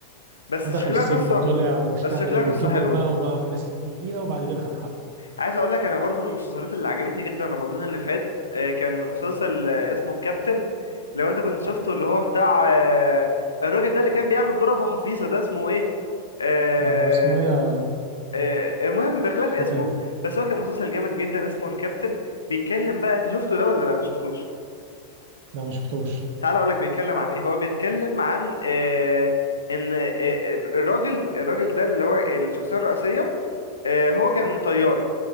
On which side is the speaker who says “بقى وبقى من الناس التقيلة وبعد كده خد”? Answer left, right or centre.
Right